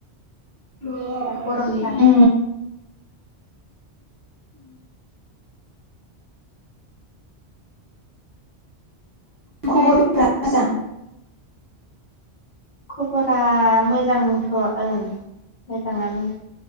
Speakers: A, on the right; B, on the left.
A: औ।
B: दा गरमथार
A: उ। खबरा मोजां।
B: खबरा मोजांथ'। ओं मोजाङानो